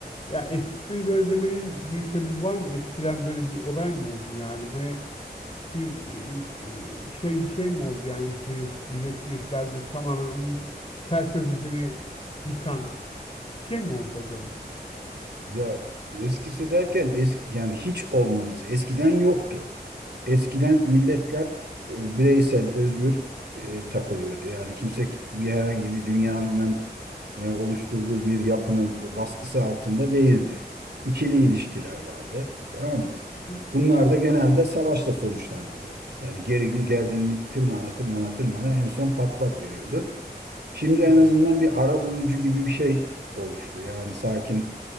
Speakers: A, on the left; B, on the right.
A: ya eskisine göre demenin bir sebebi var mı? Eskiden böyle bir olay mı oldu yani? Hani bir e, e, şey bir şey mi oldu yani şey, Birleşmiş Milletler'de tamamen onun felsefesini yıkan bir şey mi oldu acaba?
B: Ya eskisi derken es yani hiç olmaması. Eskiden yoktu. Eskiden milletler e, bireysel, özgür e, takılıyordu. Yani kimse bir herhangi bir dünyanın e, oluşturduğu bir yapının baskısı altında değildi. İkili ilişkiler vardı. Tamam mı?
A: Hı hı.
B: Bunlar
A: Evet.
B: da genelde savaşla sonuçlanıyordu. Yani geri, gerginlik tırmana tırmana tırmana en son patlak veriyordu. Şimdi
A: Hmm.
B: en azından bir arabulucu gibi bir şey oluştu. Yani sakin